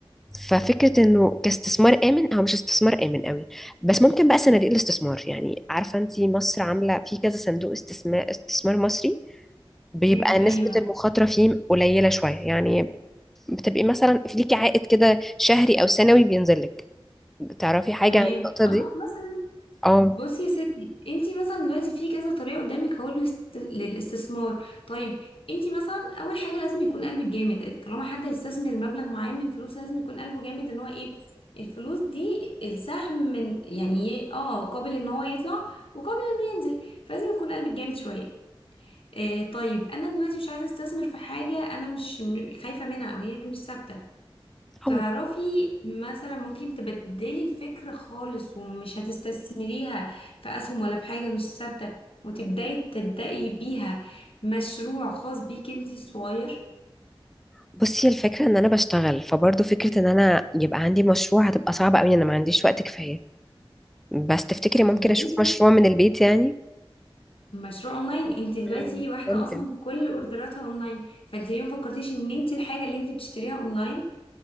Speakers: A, in the centre; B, on the left.
A: ففكرة انه كاستثمار آمن هو مش استثمار آمن قوي بس ممكن بقى صناديق الاستثمار يعني عارفة انت مصر عاملة في كذا صندوق استثمار استثمار مصري بيبقى
B: تمام
A: نسبة
B: ايوه
A: المخاطرة فيه قليلة شوية يعني بتبقي مثلا في ليكي عائد كده شهري أو سنوي بينزل لك تعرفي حاجة
B: تمام
A: عن النقطة
B: اه
A: دي؟
B: مثلا
A: اه
B: بصي يا ستي انتي مثلا دلوقتي في كذا طريقه قدامك اهو للاست- للاستثمار طيب انتي مثلا اول حاجه لازم يكون قلبك جامد طالما حد هيستثمر مبلغ معين من فلوس لازم يكون قلبه جامد ان هو ايه الفلوس دي السهم من يعني ي- اه قابل ان هو يطلع وقابل انه ينزل فلازم يكون قلبك جامد شويه آه طيب انا دلوقتي مش عايزه استثمر في حاجه انا مش م- خايفه منها او هي مش ثابته تعرفي
A: اه
B: مثلا ممكن تبدلي الفكر خالص ومش هتستثمريها في اسهم ولا في حاجة مش ثابتة وتبدأي تبدأي بيها مشروع خاص بيك انت صغير
A: بصي الفكرة ان انا بشتغل فبرضه فكرة ان انا يبقى عندي مشروع هتبقى صعبة قوي انا ما عنديش وقت كفاية بس تفتكري ممكن اشوف
B: ماشي،
A: مشروع من البيت يعني؟
B: مشروع اونلاين انت دلوقتي
A: مم،
B: واحده
A: ممكن
B: اصلا كل اوردراتها اونلاين فانت ليه ما فكرتيش ان انت الحاجه اللي انت بتشتريها اونلاين